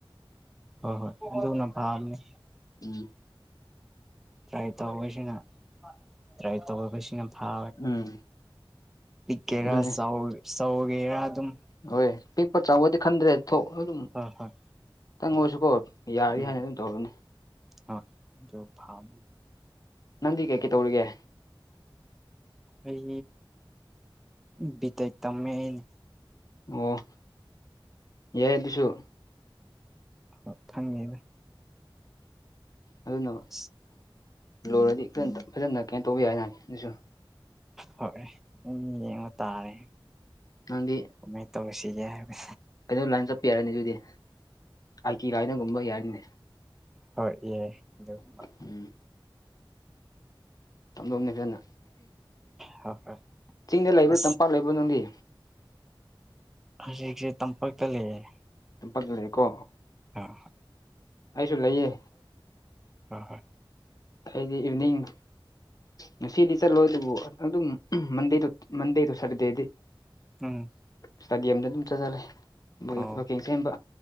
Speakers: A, in the centre; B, on the left.
A: ꯍꯣꯏ ꯍꯣꯏ ꯑꯗꯅ ꯚꯞꯅꯦ
B: ꯎꯝ
A: ꯇ꯭ꯔꯥꯏ ꯇꯧꯕꯁꯤꯅ ꯇ꯭ꯔꯥꯏ ꯇꯧꯁꯤꯅ ꯐ
B: ꯎꯝ
A: ꯄꯤꯛꯀꯦꯔꯥ
B: ꯑꯗꯨꯅꯦ
A: ꯆꯧ ꯆꯧꯒꯦꯔ ꯑꯗꯨꯝ
B: ꯍꯣꯏ ꯄꯤꯛꯄ ꯆꯥꯎꯕꯗꯤ ꯈꯟꯗ꯭ꯔꯦ ꯊꯣꯛ ꯑꯗꯨꯝ
A: ꯍꯣꯏ ꯍꯣꯏ
B: ꯈꯤꯇꯪ ꯑꯣꯏꯁꯨꯀꯣ ꯌꯥꯔꯤ
A: ꯎꯝ
B: ꯍꯥꯏꯅ ꯑꯗꯨꯝ ꯇꯧꯔꯅꯤ
A: ꯍꯣꯏ ꯑꯗꯨ ꯐꯥꯝ
B: ꯅꯪꯗꯤ ꯀꯩ ꯀꯩ ꯇꯧꯔꯤꯒꯦ
A: ꯑꯩ ꯕꯤꯇꯦꯛ ꯇꯝꯃꯦ ꯑꯩꯅꯦ
B: ꯑꯣ ꯌꯥꯏ ꯑꯗꯨꯁꯨ
A: ꯍꯣꯏ ꯊꯪꯉꯦꯗ
B: ꯑꯗꯨ ꯅꯕ
A: ꯎ
B: ꯂꯣꯏꯔꯗꯤ ꯐꯖꯅ ꯀꯩꯅꯣ ꯇꯧꯕꯤ ꯍꯥꯏꯅ ꯑꯗꯨꯁꯨ
A: ꯍꯣꯏ ꯌꯦꯡꯕ ꯇꯥꯔꯦ
B: ꯅꯪꯒꯤ
A: ꯃꯦꯠꯇꯣꯁꯤ ꯌꯥ ꯍꯥꯏꯕ
B: ꯑꯩꯩꯅꯣ ꯂꯥꯏꯟ ꯆꯠꯄ ꯌꯥꯔꯅꯤ ꯑꯗꯨꯗꯤ ꯑꯥꯏ ꯇꯤ ꯂꯥꯏꯅꯒꯨꯝꯕ ꯌꯥꯔꯅꯤꯅꯦ
A: ꯍꯣꯏ ꯑꯦ ꯑꯗꯨꯒꯨꯝꯕ
B: ꯎꯝ ꯇꯝꯗꯧꯅꯤ ꯐꯖꯅ
A: ꯍꯣꯏ ꯍꯣꯏ
B: ꯆꯤꯡꯗ ꯂꯩꯕ꯭ꯔꯥ
A: ꯑꯁ
B: ꯇꯝꯄꯥꯛ ꯂꯩꯕ꯭ꯔꯥꯣ ꯅꯪꯒꯤ
A: ꯍꯧꯖꯤꯛꯁꯦ ꯇꯝꯄꯥꯛꯛꯇ ꯂꯩꯌꯦꯦ
B: ꯄꯛ ꯂꯩꯦꯀꯣ
A: ꯑ
B: ꯑꯩꯁꯨ ꯂꯩꯌꯦ
A: ꯍꯣꯏ ꯍꯣꯏ
B: ꯑꯩꯗꯤ ꯏꯚꯤꯅꯤꯡ ꯉꯁꯤꯗꯤ ꯆꯠꯂꯣꯏ ꯑꯗꯨꯕꯨ ꯑꯗꯨꯝ ꯃꯟ ꯇ ꯃꯗ ꯇ ꯁꯔꯗꯦꯗꯤ
A: ꯎꯝ
B: ꯏꯁꯇꯥꯗꯤꯌꯝꯗ ꯑꯗꯨꯝ ꯆꯠꯊꯔꯦ
A: ꯑꯣ
B: ꯋꯥꯛꯀꯤꯡ ꯁꯦꯝꯕ